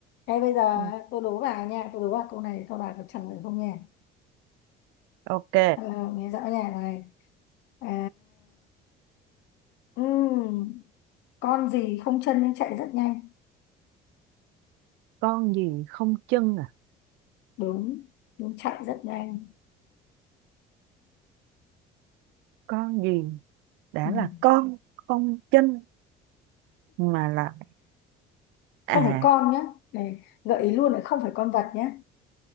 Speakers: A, on the left (about 70°); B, on the right (about 85°).
A: Thế bây giờ
B: Ừ,
A: tôi đố bà nha, tôi đố bà câu này, câu bà có trả lời không nha?
B: Ok,
A: À, nghe rõ nha này. À, ừm, con gì không chân nhưng chạy rất nhanh.
B: con gì không chân à?
A: Đúng, đúng chạy rất nhanh.
B: Con gì đã
A: Ừm.
B: là con không chân mà là
A: Không
B: à
A: phải con nhá. Này, gợi ý luôn là không phải con vật nhá.